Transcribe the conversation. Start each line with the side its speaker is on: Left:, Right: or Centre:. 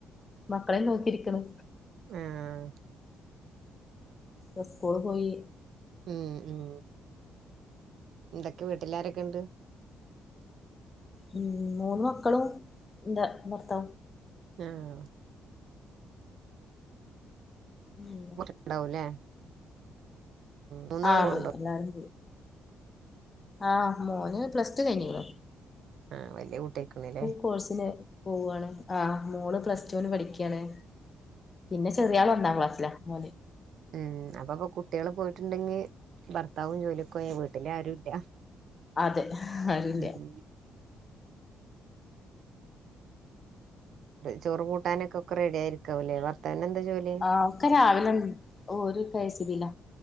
Left: മക്കളെ നോക്കിരിക്ക്ണ്
Right: ആഹ്
Left: ഉസ്കൂൾ പോയി
Right: ഉം ഉം എന്തൊക്കെ വീട്ടിലാരൊക്കിണ്ട്.
Left: ഉം മൂന്ന് മക്കളും എന്റെ ഭർത്താവും.
Right: ആഹ്
Left: ഉം
Right: ഉണ്ടാവുല്ലേ മൂന്നാളു
Left: ആഹ്
Right: പോണ്ടോ
Left: പോയി എല്ലാരും പോയി ആഹ് മോന് പ്ലസ് ടു കൈഞിക്ക്ണ്
Right: ആഹ് വല്യ കുട്ടിയായിക്കണൂല്ലെ
Left: കോഴ്സിന് പോവാണ്. ആഹ് മോള് പ്ലസ് ടൂന് പഠിക്കാണ്. പിന്നെ ചെറിയാള് ഒന്നാം ക്ലാസ്സില മോല്
Right: ഉം അപ്പൊപ്പൊ കുട്ടികൾ പോയിട്ടുണ്ടെങ്കി ഭർത്താവും ജോലിക്കോയ വീട്ടില് ആരു ഇല്ല.
Left: അതെ ആരുല്ല
Right: ഉം ചോറു കൂട്ടാനൊക്കൊക്കെ റെഡി ആരിക്കാവല്ലേ ഭർത്താവിനെന്താ ജോലി
Left: ആഹ്ഒക്കെ രാവിലെന്നെ ഓര് കെയെസീബീല